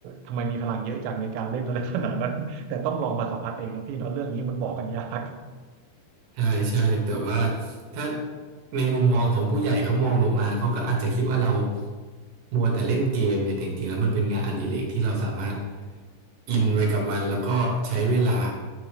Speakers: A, on the right (about 85°); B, on the right (about 65°).
A: ทำไมมีพลังเยอะจังในการเล่นอะไรขนาดนั้นแต่ต้องลองมาสัมผัสเองนะพี่เนาะเรื่องนี้มันบอกกันยาก
B: ใช่ใช่แต่ว่าถ้าในมุมมองของผู้ใหญ่เขามองลงมาเขาก็อาจจะคิดว่าเรามัวแต่เล่นเกมไงี่ยแต่จริงๆแล้วมันเป็นงานอดิเรกที่เราสามารถอินไปกับมันแล้วก็ใช้เวลา